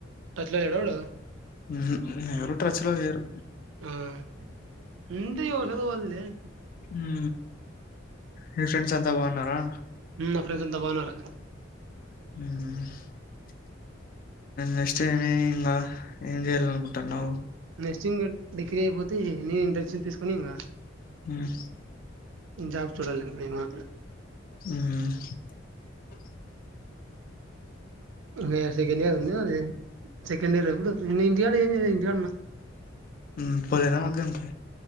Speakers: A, on the right; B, on the left.
A: పచ్చలో లేడా వాడు
B: మ్ హు ఎవరు ట్రచలో లేరు
A: మ్ ఎంతోషదు పోదులే
B: ఉ మీ ఫ్రెండ్స్ ద్దా బా అన్నారా
A: మ్ ఫ్రెండ్స్ అంత బాగున్నారా
B: మ్ నెక్స్ట్ ఏమి ఇంకా ఏం చెయ్యాల అనుకుంటావ్
A: నెక్సటింగ్ నే తర అయిపోతే నేను టెన్షన్ తీసుకొని ఇంకా
B: మ్
A: హు జాబ్ చూడలమ్ యేమొ
B: మ్మ్ హు
A: వేస్త గని అది ఎన్నొది చెక్ మీరు ఎప్పుడు వస్తార్, నేన్ ఇంటికాడ యేం జెయల ఇంటికాడ ఉన్న
B: మ్మ్ పోలేరమ్మ మగ్గం కి